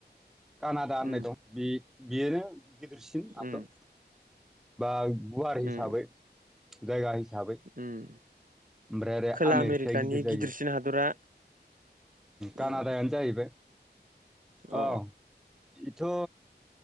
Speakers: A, in the centre; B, on the right.
A: कानादा होननाय
B: उम
A: दं बे बेयोनो गिदिरसिन हादर
B: उम
A: बा गुवार हिसाबै
B: उम
A: जायगा हिसाबै
B: उम
A: ओमफ्राय आरो
B: खोला
A: आमेरिकाया
B: आमेरिकानि
A: गिदिर जायो
B: गिदिरसिन हादरा उम
A: कानादायानो जाहैबाय
B: अ
A: औ इथ'